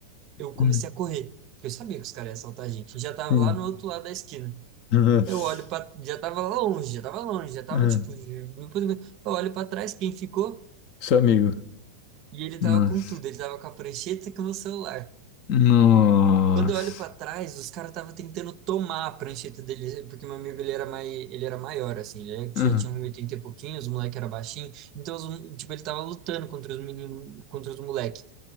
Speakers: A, on the right; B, on the left.
A: eu comecei
B: hum,
A: a correr. Porque eu sabia que os caras iam assaltar a gente. Já tava
B: hum.
A: lá no outro lado da esquina.
B: Nossa.
A: Eu olho pra. Já tava longe, já tava longe, já tava
B: Ah,
A: tipo. já- Eu olho pra trás, quem ficou?
B: seu amigo.
A: E ele tava
B: Nossa.
A: com tudo. Ele tava com a prancheta e com o meu celular.
B: Nossa.
A: Quando eu olho pra trás, os caras estavam tentando tomar a prancheta dele, porque meu amigo ele era mai, ele era maior, assim, ele
B: Ah,
A: já tinha um metro e oitenta e pouquinho, os moleque era baixinho, então, os- tipo, ele tava lutando contra os meninos, contra os moleques.